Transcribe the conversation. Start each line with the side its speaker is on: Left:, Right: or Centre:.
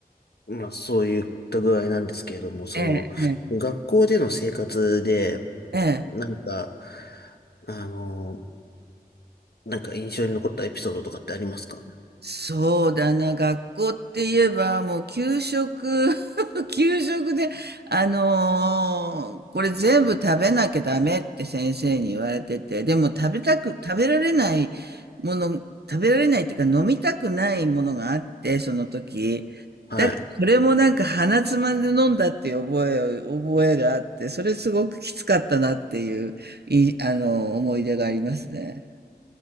Left: まあ、そういった具合なんですけれども、その、
Right: ええ、ええ、
Left: 学校での生活で、
Right: ええ。
Left: なんか、あの、なんか印象に残ったエピソードとかってありますか
Right: そうだな、学校って言えば、もう給食、<laughs> 給食で、あのーこれ全部食べなきゃダメって先生に言われてて、でも食べたく、食べられないもの、食べられないっていうか飲みたくないものがあって、その時。
Left: はい。
Right: だ、それもなんか鼻つまんで飲んだっていう覚え、覚えがあって、それすごくきつかったなっていう、い、あの、思い出がありますね。